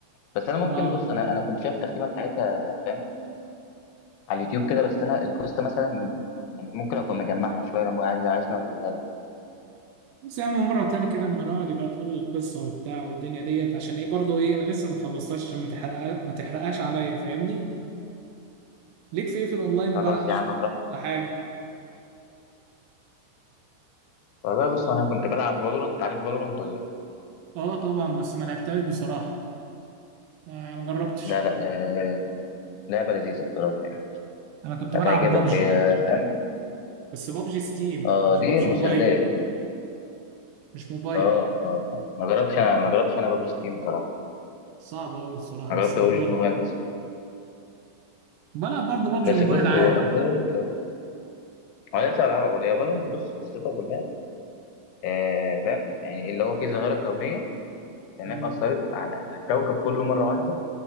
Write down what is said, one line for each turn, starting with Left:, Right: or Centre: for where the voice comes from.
Left: بس انا ممكن
Right: اه
Left: بص انا انا كنت شايف التختيمه بتاعتها فاهم على اليوتيوب كده بس انا القصه مثلا يعني ممكن اكون مجمعها شويه لو عايز عايزني اقولها لك
Right: بس يا عم مرة تاني كده اما نقعد يبقى تقول لي القصة وبتاع والدنيا ديت عشان ايه برضه ايه انا لسه ما خلصتهاش عشان ما تحرقها ما تحرقهاش عليا فاهمني ليك في ايه في الاونلاين
Left: خلاص
Right: بقى
Left: يا
Right: شو-
Left: عم براحتك
Right: ولا حاجة
Left: والله بص انا كنت بلعب فالورنت عارف فالورنت ولا
Right: اه طبعا بس ما لعبتهاش بصراحة آه ما جربتش
Left: لا لا آه لعبه لذيذه بصراحه يعني
Right: انا كنت
Left: هتعجبك
Right: بلعب بابجي
Left: هي فاهم
Right: بس بابجي ستيم
Left: اه
Right: مش
Left: دي
Right: بابجي موبايل
Left: مسليه
Right: مش موبايل
Left: اه اه آه. ما جربتش انا ما جربتش انا ببجي ستيم بصراحه
Right: صعبة قوي الصراحة
Left: انا
Right: بس
Left: جربت
Right: جميلة
Left: اوجي موبايل
Right: يعني
Left: بس
Right: بلعب برضه بابجي
Left: بس
Right: موبايل
Left: بص
Right: عادي
Left: هو فالنت
Right: يعني
Left: هو لسه بلعبها برضه هي فالنت بص قصتها كلها آه فاهم يعني اللي هو في ظاهره كونيه تمام
Right: مم.
Left: اثرت على على الكوكب كله مره واحده